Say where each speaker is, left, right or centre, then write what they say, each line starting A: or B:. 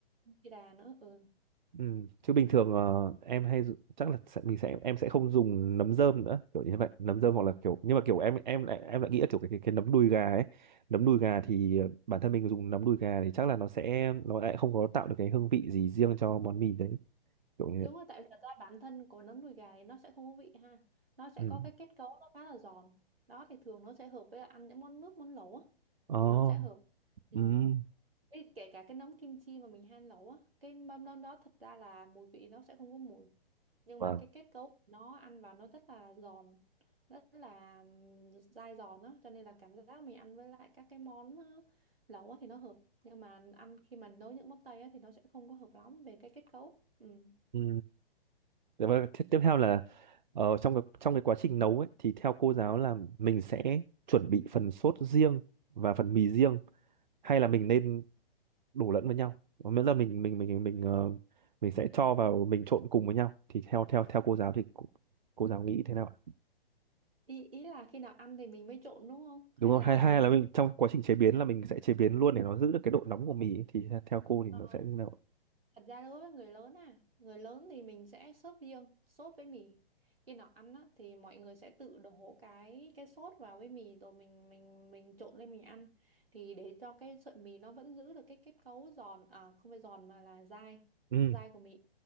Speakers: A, on the right; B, on the right.
A: chi đà nữa ừ.
B: Ừ. Chứ bình thường ờ, em hay dụ- chắc là sẽ, mình sẽ em sẽ không dùng nấm rơm nữa kiểu như vậy nấm rơm hoặc là kiểu nhưng mà kiểu em em lại em lại nghĩ là kiểu cái, cái cái nấm đùi gà ấy nấm đùi gà thì ờ, bản thân mình dùng nấm đùi gà thì chắc là nó sẽ nó lại không có tạo được cái hương vị gì riêng cho món mì đấy kiểu như vậy
A: đúng rồi tại vì thật ra bản thân của nấm đùi gà thì nó sẽ không có vị ha nó sẽ
B: ừ.
A: có cái kết cấu nó khá là giòn đó thì thường nó sẽ hợp với là ăn những món nước món lẩu á
B: Oh.
A: thì nó sẽ hợp ừ.
B: Ừ.
A: Ê, kể cả cái nấm kim chi mà mình han nấu á cái mâm nấm đó thật ra là mùi vị nó sẽ không có mùi nhưng
B: Wow.
A: mà cái kết cấu nó ăn vào nó rất là giòn rất là ừm, dai giòn á cho nên là cảm giác mình ăn với lại các cái món ờ, lẩu á thì nó hợp nhưng mà ăn khi mà nấu những món Tây á thì nó sẽ không có hợp lắm về cái kết cấu ừ.
B: Ừ. Thế và tiếp tiếp theo là ờ, trong cái, trong cái quá trình nấu ấy thì theo cô giáo là mình sẽ chuẩn bị phần sốt riêng và phần mì riêng hay là mình nên đổ lẫn với nhau Và miễn là mình mình mình mình ờ, mình sẽ cho vào mình trộn cùng với nhau thì theo theo theo cô giáo thì cô, cô giáo nghĩ thế nào ạ?
A: ý ý là khi nào ăn thì mình mới trộn đúng không
B: đúng
A: hay
B: rồi
A: là
B: hai
A: mình
B: hai là mình trong quá trình chế biến là mình sẽ chế biến luôn để nó giữ được cái độ nóng của mì ấy. thì theo theo cô thì
A: ờ,
B: nó sẽ như nào ạ?
A: Thật ra đối với người lớn à, người lớn thì mình sẽ sốt riêng, sốt với mì. Khi nào ăn á, thì mọi người sẽ tự đổ cái cái sốt vào với mì rồi mình mình mình trộn lên mình ăn thì để cho cái sợi mì nó vẫn giữ được cái kết cấu giòn à không phải giòn mà là dai,
B: ừ
A: dai của mì.